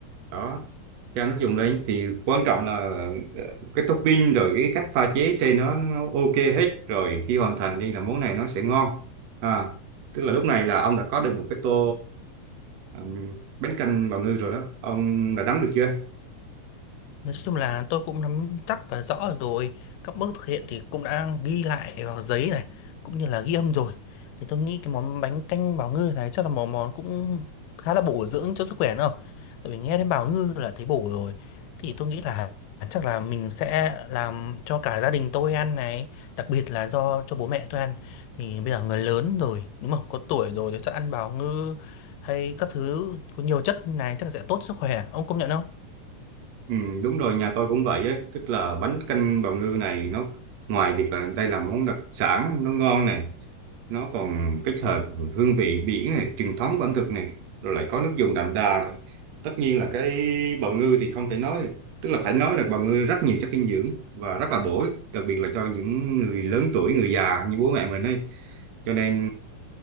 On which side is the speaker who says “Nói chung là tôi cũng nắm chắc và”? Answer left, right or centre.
Left